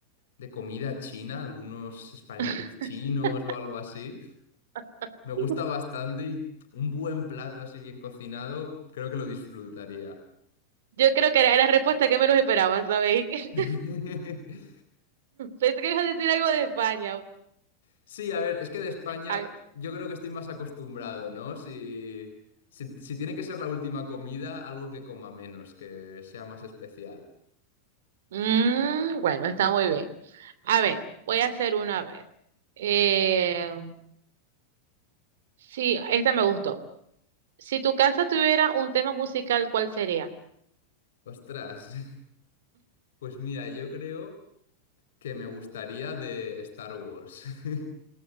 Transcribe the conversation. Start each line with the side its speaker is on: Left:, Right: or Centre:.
Left: de comida china, algunos espaguetis
Right: <laughs>
Left: chinos o algo así.
Right: <laughs>
Left: Me gusta bastante y un buen plato así bien cocinado, creo que lo disfrutaría.
Right: Yo creo que era la respuesta que menos esperaba, ¿sabéis? <laughs>
Left: <laughs>
Right: Pensé que ibas a decir algo de España.
Left: Sí, a ver, es que de España
Right: Ah,
Left: yo creo que estoy más acostumbrado, ¿no? Si, si, si tiene que ser la última comida, algo que coma menos, que sea más especial.
Right: mm, bueno, está muy bien. A ver, voy a hacer una a ver. Eh, sí, esta me gustó. Si tu casa tuviera un tema musical, ¿cuál sería?
Left: Ostras, <laughs> pues mira, yo creo que me gustaría de Star Wars. <laughs>